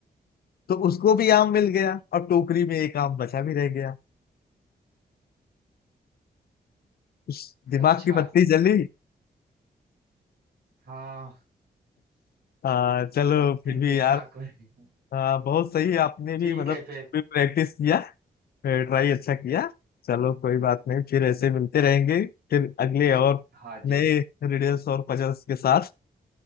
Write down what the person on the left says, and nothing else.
तो उसको भी आम मिल गया और टोकरी में एक आम बचा भी रह गया उस दिमाग
की बत्ती जली
आ, चलो
फिर भी
यार
आ, बहुत सही आपने भी
मतलब
भी प्रैक्टिस किया ट्राई अच्छा किया चलो कोई बात नहीं फिर ऐसे मिलते रहेंगे फिर अगले और
नए
रिडल्स और पजल्स के साथ